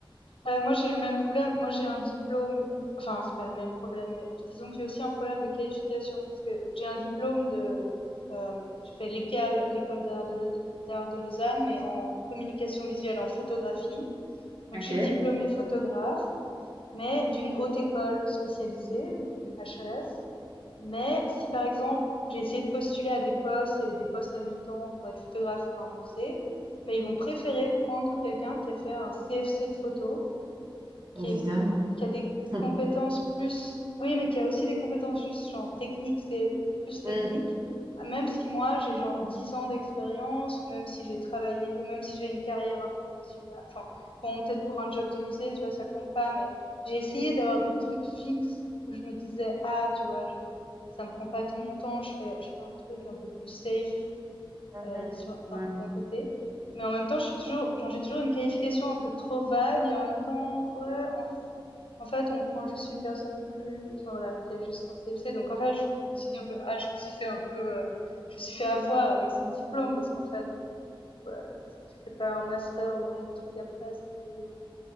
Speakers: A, on the left (about 75°); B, on the right (about 55°).
A: Heu, moi, j'ai le même problème. Moi, j'ai un diplôme enfin, c'est pas le même problème, mais disons que j'ai aussi un problème de qualification parce que j'ai un diplôme de, hem, je fais l'école l'école d'art de Leu d'art de Lausanne, mais en communication visuelle, en photographie. Donc
B: Ok.
A: je suis diplômée photographe, mais d'une haute école spécialisée, donc une HES. Mais si, par exemple, j'ai essayé de postuler à des postes, il y avait des postes à mi-temps pour être photographe pour un musée, bah, ils vont préférer prendre quelqu'un qui a fait un CFC de photo qui
B: Évidemment.
A: est qui a des
B: <laughs>
A: compétences plus oui, mais qui a aussi des compétences juste genre techniques, c'est plus technique.
B: Mhm.
A: Même si moi, j'ai genre 10 ans d'expérience, ou même si j'ai travaillé, ou même si j'ai une carrière internationale, enfin, bon, peut-être pour un job de musée, tu vois, ça compte pas, mais j'ai essayé d'avoir des trucs fixes où je me disais, ah, tu vois, je, ça me prend pas tout mon temps, je fais, je fais un truc un peu plus safe,
B: Mhm.
A: euh, sur
B: Ouais.
A: d'un d'un côté. Mais en même temps, je suis toujours, genre, j'ai toujours une qualification un peu trop vague et en même temps, ouais, en, f- en fait, on prend juste une personne plus, enfin voilà, qui a juste un CFC. Donc en fait, je, je me suis dit un peu, ah, je me suis fait un peu, euh, je me suis fait avoir avec ce diplôme parce qu'en fait, voilà, si tu fais pas un master ou un autre truc après, c'est un peu genre.